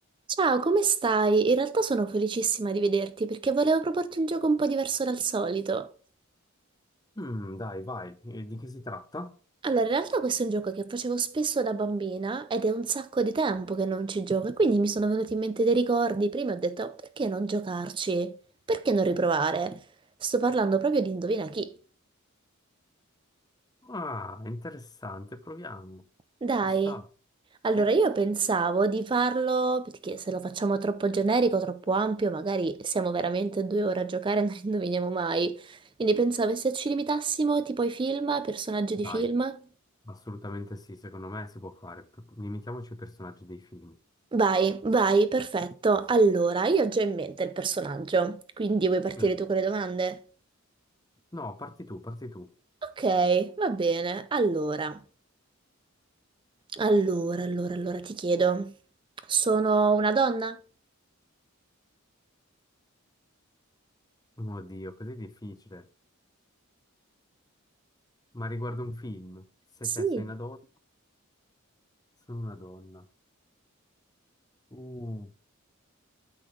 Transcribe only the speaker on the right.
Ciao, come stai? In realtà sono felicissima di vederti perché volevo proporti un gioco un po' diverso dal solito.
Allora, in realtà questo è un gioco che facevo spesso da bambina ed è un sacco di tempo che non ci gioco e quindi mi sono venuti in mente dei ricordi. Prima ho detto, "Oh, perché non giocarci? Perché non riprovare? Sto parlando proprio di Indovina chi.
Dai.
Allora,
io pensavo di farlo, perché se lo facciamo troppo generico, troppo ampio, magari siamo veramente due ore a giocare e non indoviniamo mai. Quindi pensavo se ci limitassimo tipo ai film, ai personaggi
di film.
Vai, vai, perfetto. Allora, io ho già in mente il personaggio, quindi vuoi partire
tu con le domande?
Ok, va bene. Allora, allora, allora, allora ti chiedo, sono una donna?
Sì,